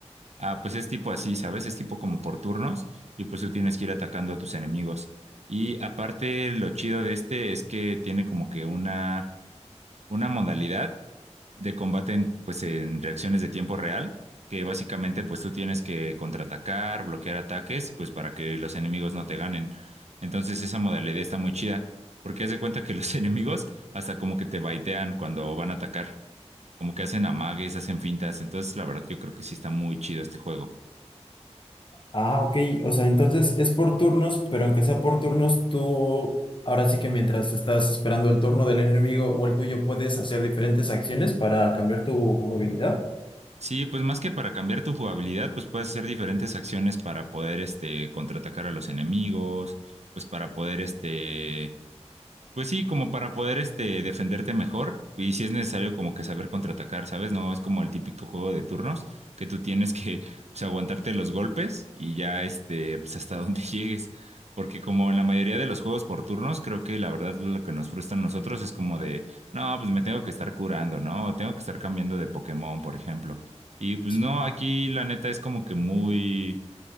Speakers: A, on the right; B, on the left.
A: Ah, pues es tipo así, ¿sabes? Es tipo como por turnos y pues tú tienes que ir atacando a tus enemigos. Y aparte, lo chido de este es que tiene como que una, una modalidad de combate en, pues en reacciones de tiempo real, que básicamente pues tú tienes que contraatacar, bloquear ataques, pues para que los enemigos no te ganen. Entonces esa modalidad está muy chida, porque haz de cuenta que los <laughs> enemigos hasta como que te baitean cuando van a atacar, como que hacen amagues, hacen fintas. Entonces la verdad yo creo que sí está muy chido este juego.
B: Ah, ok. O sea, entonces es por turnos, pero aunque sea por turnos, tú ahora sí que mientras estás esperando el turno del enemigo o el tuyo, puedes hacer diferentes acciones para cambiar tu jugabilidad.
A: Sí, pues más que para cambiar tu jugabilidad, pues puedes hacer diferentes acciones para poder, este, contraatacar a los enemigos, pues para poder, este, pues sí, como para poder este, defenderte mejor y si es necesario como que saber contraatacar, ¿sabes? No es como el típico juego de turnos que tú tienes que pues, aguantarte los golpes y ya este, pues hasta donde <laughs> llegues. Porque como en la mayoría de los juegos por turnos, creo que la verdad lo que nos frustra a nosotros es como de, no, pues me tengo que estar curando, ¿no? O tengo que estar cambiando de Pokémon, por ejemplo. Y pues
B: Sí.
A: no, aquí la neta es como que muy